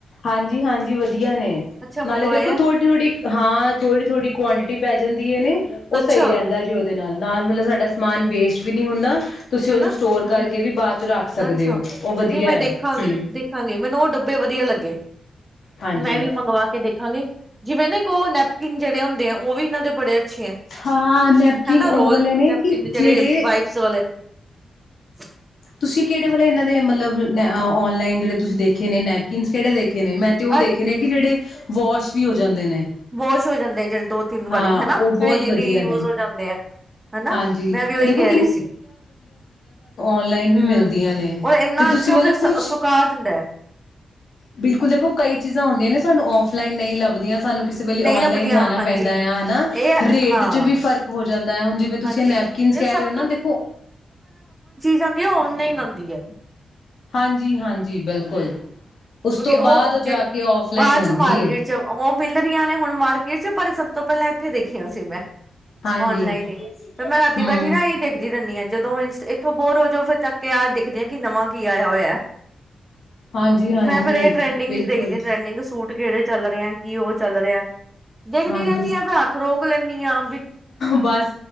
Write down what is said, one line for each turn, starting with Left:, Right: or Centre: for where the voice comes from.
Left: ਹਾਂਜੀ, ਹਾਂਜੀ ਵਧੀਆ ਨੇ।
Right: ਅੱਛਾ
Left: ਨਾਲੇ
Right: ਮੰਗਵਾਇਆ
Left: ਦੇਖੋ ਥੋੜੀ ਥੋੜੀ ਹਾਂ, ਥੋੜੀ ਥੋੜੀ ਕੁਆਂਟਿਟੀ ਪੈ ਜਾਂਦੀ। ਦਿੰਦੀਆਂ ਨੇ <unintelligible>
Right: ਅੱਛਾ
Left: ਤੇ ਨਾਲ ਨਾਲ ਮਤਲਬ ਸਾਡਾ ਸਮਾਨ ਵੇਸਟ ਵੀ ਨਹੀਂ ਹੁੰਦਾ। ਤੁਸੀਂ
Right: ਹਨਾ,
Left: ਉਹਨੂੰ ਸਟੋਰ
Right: ਹੂੰ,
Left: ਕਰਕੇ ਵੀ ਬਾਅਦ ਚ ਰੱਖ ਸਕਦੇ
Right: ਅੱਛਾ
Left: ਹੋ ਉਹ ਵਧੀਆ
Right: ਨਹੀਂ ਮੈਂ ਦੇਖਾਂਗੀ,
Left: ਆ ਹਮ
Right: ਦੇਖਾਂਗੀ ਮੈਨੂੰ ਉਹ ਡੱਬੇ ਵਧੀਆ ਲੱਗੇ।
Left: ਹਾਂਜੀ
Right: ਮੈਂ ਵੀ ਮੰਗਵਾ ਕੇ ਦੇਖਾਂਗੀ। ਜਿਵੇਂ ਨਾ ਇੱਕ ਉਹ ਨੈਪਕਿਨ ਜਿਹੜੇ ਹੁੰਦੇ ਆ, ਉਹ ਵੀ ਇਹਨਾਂ ਦੇ ਬੜੇ ਅੱਛੇ ਹੈ
Left: ਹਾਂ, ਨੈਪਕਿਨ
Right: ਹਨਾ
Left: ਉਹ
Right: ਰੋਲ
Left: ਵਾਲੇ ਨੇ
Right: ਨੈਪਕਿਨ
Left: ਕਿ ਜਿਹੜੇ
Right: ਵਾਈਪਸ <unintelligible>
Left: ਤੁਸੀਂ ਕਿਹੜੇ ਵਾਲੇ ਇਹਨਾਂ ਦੇ ਮਤਲਬ, ਆਨਲਾਈਨ ਜਿਹੜੇ ਤੁਸੀਂ ਦੇਖੇ ਨੇ ਨੈਪਕਿਨ ਕਿਹੜੇ ਦੇਖੇ ਦੇਖੇ ਨੇ, ਮੈਂ ਤੇ ਉਹ
Right: ਅ
Left: ਦੇਖੇ ਨੇ ਕਿ ਜਿਹੜੇ, ਵਾਸ਼ ਵੀ ਹੋ ਜਾਂਦੇ ਨੇ।
Right: ਵਾਸ਼ ਹੋ ਜਾਂਦੇ ਆ ਜਿਹੜੇ ਦੋ ਤਿੰਨ ਵਾਰੀ
Left: ਹਾਂ
Right: ਹਨਾ,
Left: ਉਹ ਬਹੁਤ
Right: ਰੀਯੂਜ
Left: ਵਧੀਆ ਨੇ
Right: ਹੋ ਜਾਂਦੇ ਆ ਹਨਾ,
Left: ਹਾਂਜੀ
Right: ਮੈਂ ਵੀ ਉਹੀ
Left: ਦੇਖੋ
Right: ਕਹਿ ਰਹੀ ਸੀ।
Left: ਆਨਲਾਇਨ
Right: ਹੂੰ
Left: ਵੀ ਮਿਲਦੀਆਂ ਨੇ,
Right: ਔਰ ਇੰਨਾ
Left: ਤੇ ਤੁਸੀਂ
Right: ਅੱਛਾ
Left: ਮਤਲਬ
Right: ਫਿਰ ਸੁਕਾ
Left: ਕੁਛ,
Right: ਦਿੰਦਾ ਹੈ।
Left: ਬਿਲਕੁਲ ਦੇਖੋ ਕਈ ਚੀਜ਼ਾਂ ਹੁੰਦੀਆਂ ਨੇ ਸਾਨੂੰ ਔਫਲਾਈਨ ਨਹੀਂ ਲੱਭਦੀਆਂ। ਸਾਨੂੰ ਕਿਸੇ ਵੇ
Right: ਨਹੀਂ
Left: ਆਨਲਾਈਨ
Right: ਲੱਭਦੀਆਂ
Left: ਜਾਣਾ
Right: ਹਾਂਜੀ
Left: ਪੈਂਦਾ ਆ, ਹਨਾ
Right: ਇਹ
Left: ਰੇਟ
Right: ਹਾਂ
Left: ਚ ਵੀ ਫਰਕ ਹੋ ਜਾਂਦਾ, ਹੁਣ ਜਿਵੇ ਤੁਸੀਂ
Right: ਹਾਂਜੀ
Left: ਨੈਪਕਿਨ
Right: ਤੇ
Left: ਕਹਿ
Right: ਸਭ
Left: ਰਹੇ ਹੋੋ,
Right: ਜਾਂਦੀ ਆ ਆਨਲਾਇਨ ਆਂਉਦੀ ਹੈ।
Left: ਹਾਂਜੀ-ਹਾਂਜੀ, ਬਿਲਕੁਲ। ਉਸ
Right: ਕਿਉਂਕਿ
Left: ਤੋਂ
Right: ਉਹ
Left: ਬਾਅਦ
Right: ਜੇ
Left: ਜਾ ਕੇ ਔਫਲਾਈਨ
Right: ਬਾਅਦ
Left: ਹੁੰਦੀ
Right: ਚ ਮਾਰਕੀਟ
Left: ਹੈ
Right: ਚ ਹੋ ਮਿਲਰੀਆਂ ਨੇ ਹੁਣ ਮਾਰਕੀਟ ਚ, ਪਰ ਤੋਂ ਪਹਿਲਾਂ ਇੱਥੇ ਦੇਖੀਆਂ ਸੀ ਮੈਂ
Left: ਹਾਂਜੀ
Right: ਔਨਲਾਈਨ ਹੀ, ਫਿਰ ਮੈਂ ਰਾਤੀ
Left: ਹਮ
Right: ਬੈਠੀ ਨਾ ਇ ਦੇਖਦੀ ਰਿੰਦੀ ਹਾਂ। ਜਦੋਂ ਉੱਥ ਬੋਰ ਹੋ ਜਾੳ ਫਿਰ ਚੱਕ ਆ ਦੇਖ ਕਿ ਨਵਾਂ ਕੀ ਆਇਆ ਹੋਇਆ।
Left: ਹਾਂਜੀ ਹਾਂਜੀ
Right: ਮੈਂ ਫਿਰ ਇਹ ਟਰੈਂਡਿੰਗ
Left: ਬਿਲਕੁਲ
Right: ਚ ਦੇਖਦੀ ਹਾਂ, ਟਰੈਂਡਿੰਗ ਸੂਟ ਕਿਹੜੇ ਚੱਲ ਰਿਹੇ ਆ ਕੀ ਉਹ ਚੱਲ ਰਿਹਾ ਦੇਖਦੀ
Left: ਹਾਂਜੀ
Right: ਰਹਿੰਦੀ ਹ ਵੀ ਹੱਥ ਰੋਕ ਲੇਨੀਆ
Left: ਬਸ